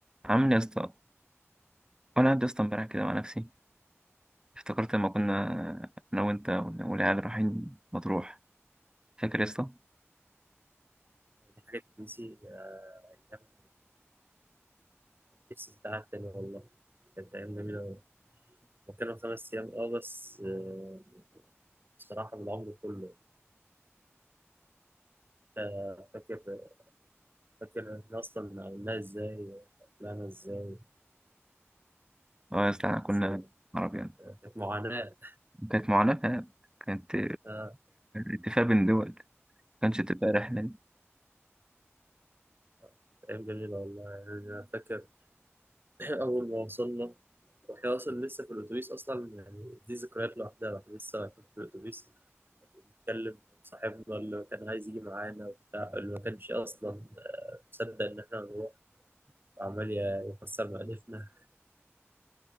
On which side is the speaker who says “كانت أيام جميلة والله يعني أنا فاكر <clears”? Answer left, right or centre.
Right